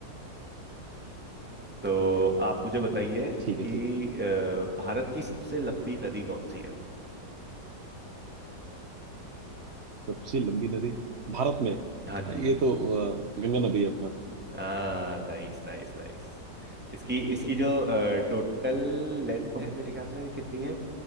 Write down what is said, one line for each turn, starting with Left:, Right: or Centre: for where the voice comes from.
Centre: तो आप मुझे बताइए
Right: ठीक है
Centre: कि
Right: ठीक है
Centre: अ, भारत की सबसे लंबी नदी कौन सी है
Right: सबसे लंबी नदी भारत में
Centre: हाँ
Right: हाँ,
Centre: जी
Right: ये तो अ, गंगा नदी है अपना
Centre: हाँ नाइस नाइस नाइस इसकी इसकी जो टोटल लेंथ है मेरे ख्याल से कितनी है